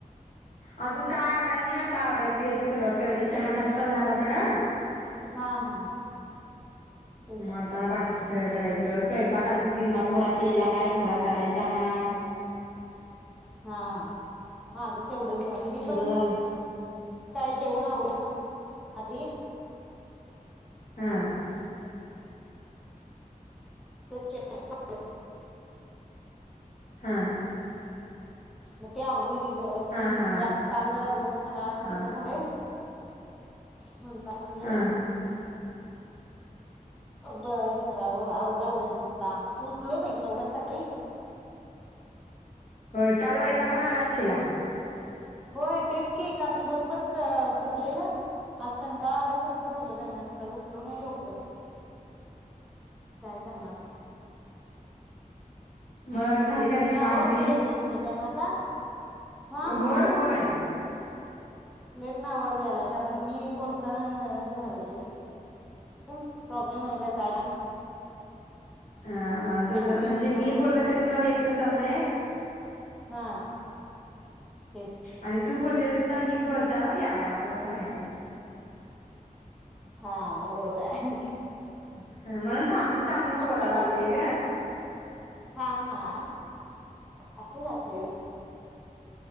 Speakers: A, on the left; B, in the centre.
A: अजून काय आवराय नाही आता आवरायची आता सुरुवात करायची चहा नाश्ता झाला सगळा
B: हा हा तेच
A: मग
B: म्हणलं
A: आता बाकीच सगळं करायचं तर स्वयंपाक अजून निम्मा थोडा केलाय थोडा करायचा आहे
B: हा माझं तेवढंच मी
A: तुझा
B: पण
A: झाला
B: काय जेवण अवल आधी हॅलो
A: हा
B: <unintelligible>
A: हा
B: म ते आवरुन दि ल
A: हा
B: त्यात
A: हा
B: काल जरा दिवस कंडाला आल्यासारख
A: हा
B: झालय म्हणता म्हणलं
A: हा
B: ब हे करावं आवरावं हे काम उठलोच नाय ग लवकर सकाळी
A: होय काल वैताकून आला आचिला
B: होय तेच कि काल दिवसभर क फिरलेलं आज कंटाळा आल्यासारखं झालं बाई ना सकाळी उठलो नाही लवकर काय करणार
A: मग
B: तुला
A: झाली का नाही छान
B: आवाज
A: ट्रीप
B: लेट न येतोय काय मा झा हा मस्त
A: होय होय
B: झाली. लेट न आवाज यालाय कारण मी बोलताना हि व्हायला लागले ग प्रॉब्लेम आहे का काय
A: ह
B: हा
A: तुझ म्हणजे
B: रेंज व्यवस्थित
A: मी बोललं
B: नसेल
A: तरी तुला लेट न चाललंय
B: हा तेच
A: आणि तू बोललेल सुद्धा मी बोल तानाच यांनाय अस व्हयलाय
B: हा मग बरोबर हाय
A: हम्म म्हणून थांबून थांबून
B: मस्त
A: बोला
B: गेला
A: लागलय
B: बघ
A: ग
B: हा हा असं झालंय <unintelligible>